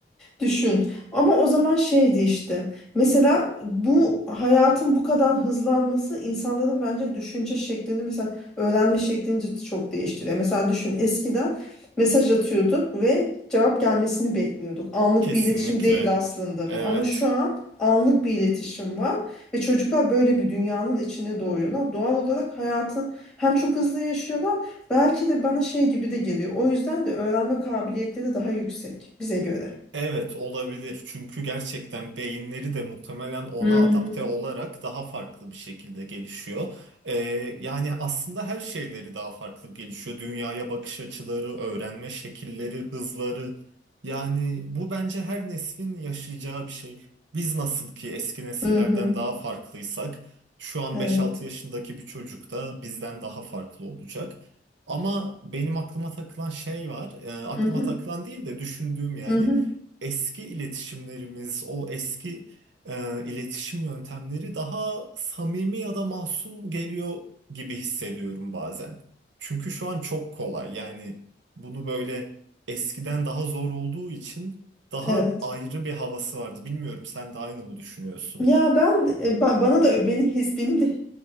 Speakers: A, in the centre; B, on the right.
A: Düşün. Ama o zaman şeydi işte. Mesela bu hayatın bu kadar hızlanması insanların bence düşünce şeklini mesela öğrenme şeklini de çok değiştiriyor. Mesela düşün eskiden mesaj atıyorduk ve cevap gelmesini bekliyorduk. Anlık
B: kesinlikle.
A: bir iletişim değil aslında
B: Evet.
A: bu. Ama şu an anlık bir iletişim var ve çocuklar böyle bir dünyanın içine doğuyorlar. Doğal olarak hayatı hem çok hızlı yaşıyorlar belki de bana şey gibi de geliyor. O yüzden de öğrenme kabiliyetleri daha yüksek bize göre.
B: Evet olabilir çünkü gerçekten beyinleri de muhtemelen ona
A: Hı
B: adapte
A: hı.
B: olarak daha farklı bir şekilde gelişiyor. Ee, yani aslında her şeyleri daha farklı gelişiyor. Dünyaya bakış açıları, öğrenme şekilleri, hızları. Yani bu bence her neslin yaşayacağı bir şey. Biz nasıl ki eski nesillerden
A: Hı hı.
B: daha farklıysak, şu an
A: Evet.
B: beş altı yaşındaki bir çocuk da bizden daha farklı olacak. Ama benim aklıma takılan şey var. Ee, aklıma
A: Hı hı.
B: takılan değil de düşündüğüm yani
A: Hı hı.
B: eski iletişimlerimiz, o eski e, iletişim yöntemleri daha samimi ya da masum geliyor gibi hissediyorum bazen. Çünkü şu an çok kolay. Yani bunu böyle eskiden daha zor olduğu için daha
A: Evet.
B: ayrı bir havası vardı. Bilmiyorum sen de aynı mı düşünüyorsun?
A: Ya ben, e, ben bana da benim his benim de